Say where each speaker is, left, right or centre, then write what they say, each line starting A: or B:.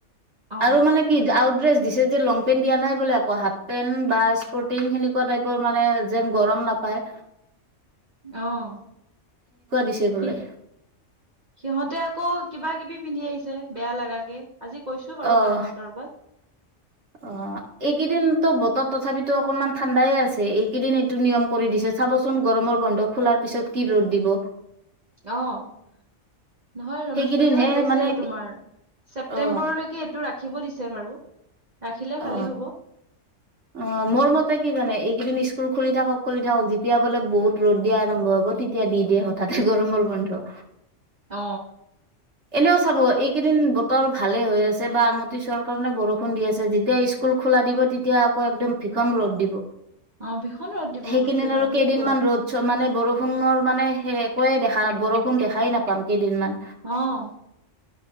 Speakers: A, on the right; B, on the right.
A: অ
B: আৰু মানে কি আউট্ৰেছ দিছে যে লং পেণ্ট দিয়া নাই বোলে আকৌ। হাফ পেন্ট বা স্পৰ্টিং সেকুৱা টাইপৰ মানে যেন গৰম নাপ পায়
A: অহ
B: দিছে বোলে
A: কি সিহঁতে আকৌ কিবা কিবি পিন্ধি আহিছে। বেয়া লাগা কে আজি কৈছো বাৰু
B: অ',
A: কাৰোবাক কাৰোবাক।
B: অ এইকেইদিনতো বতৰ তথাপিতো অকনমান ঠাণ্ডাইে আছে। এইকেইদিন এইটো নিয়ম কৰি দিছে চাবচোন গৰমৰ বন্ধ খোলাৰ পিছত কি ৰ'দ দিব।
A: আহ নহয়। ৰনোজ
B: সেইকেইদিনহে
A: পেগুগৱে কৈছে
B: মানে
A: তোমাৰ ছেপ্তেম্বৰলৈকে
B: অ',
A: এইটো ৰাখিব দিছে বাৰু। ৰাখিলে
B: অ,
A: ভালেই হ'ব
B: অ মোৰ মতে স্কুল খুলি থাকক, খুলি থাকক। যেতিয়া বোলে বহুত ৰ'দ দিয়া আৰম্ভ হব তেতিয়া দি দিয়ে হঠাতে গৰমৰ বন্ধ।
A: অ
B: এনেও চাব এইকেইদিন বতৰ ভালে হৈ আছে। বা আমতি চুৱাৰ কাৰণে বৰষুণ দি আছে যেতিয়া স্কুল খোলা দিব। তেতিয়া আকৌ একদম ভীষম ৰ'দ দিব।
A: অ ভীষণ ৰ'দ দিব
B: সেইকেইদিন
A: বাপৰে বাপ
B: আৰু
A: বহুত
B: কেইদিনমান
A: গৰম
B: ৰ'দ মানে বৰষুণৰ মানে সেই একোৱে দেখা বৰষুণ দেখাই নাপাম কেইদিনমান।
A: আহ